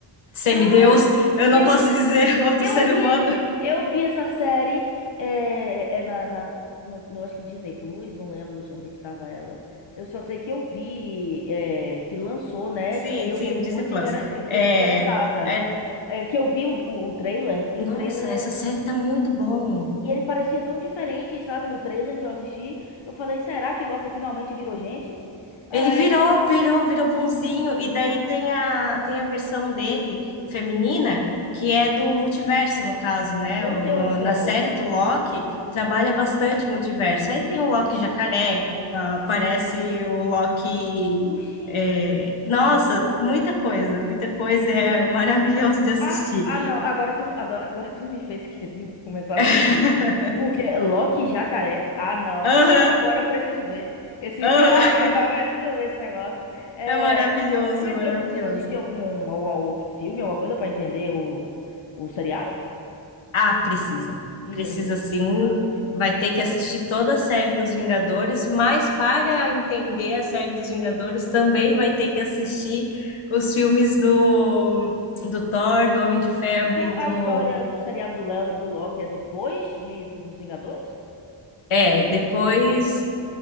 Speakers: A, on the left; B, on the left.
A: semideus,
B: Ai,
A: eu não
B: eu
A: posso
B: vi,
A: dizer <laughs> outro
B: eu
A: ser
B: vi,
A: humano.
B: eu vi essa série é, é na, na no, no- acho que Disney Plus, não lembro onde é que tava ela. Eu só sei que eu vi é, que lançou, né?
A: Sim,
B: E eu
A: sim,
B: fiquei
A: no
B: muito
A: Disney Plus.
B: intere- eu fiquei
A: É,
B: muito interessada.
A: é-
B: É, que eu vi o, o, o trailer e
A: nossa,
B: o trailer
A: essa série tá muito bom.
B: e ele parecia tão diferente, sabe? No trailer que eu assisti, eu falei, será que Loki finalmente virou gente? Ai,
A: Ele virou, virou, virou bonzinho. E daí tem a, tem a versão dele, feminina, que é do multiverso, no caso, né?
B: meu
A: O-
B: Deus
A: no-
B: do céu.
A: na série do Loki, trabalha bastante o multiverso. Aí tem o Loki jacaré, ah, aparece o Loki.
B: Oxi.
A: é, Nossa, muita coisa, muita coisa. É maravilhoso de assistir.
B: Ah, ah, não, agora tu, adora- agora, tu me fez querer <laughs> começar a assistir.
A: <laughs>
B: Porque Loki e Jacaré? Ah, não,
A: Aham,
B: agora, agora eu preciso ver esse,
A: aham.
B: <laughs> agora eu preciso ver esse negócio. É,
A: É maravilhoso,
B: pre-
A: é maravilhoso.
B: eu preciso assistir algum, algum outro filme, alguma coisa pra entender o, o seriado?
A: Ah, precisa.
B: Ih,
A: Precisa
B: meu Deus.
A: sim.
B: Ah, meu Deus.
A: Vai ter que assistir toda a série dos Vingadores, mas para entender a série dos Vingadores também vai ter que assistir os filmes do, do Thor, do Homem de Ferro
B: Então,
A: e do.
B: a história do seriado do, Léo- do Loki é depois de, do- dos Vingadores?
A: É, depois,